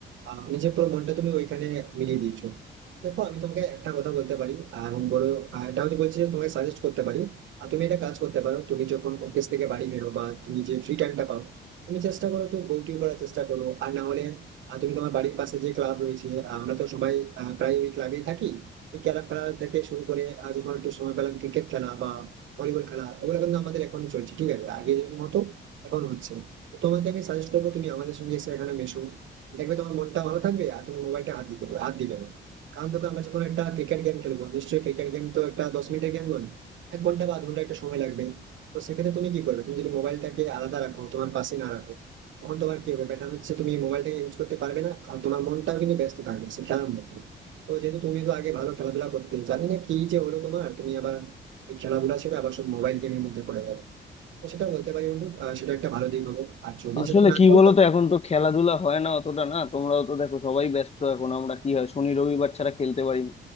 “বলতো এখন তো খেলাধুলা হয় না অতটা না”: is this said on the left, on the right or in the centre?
Left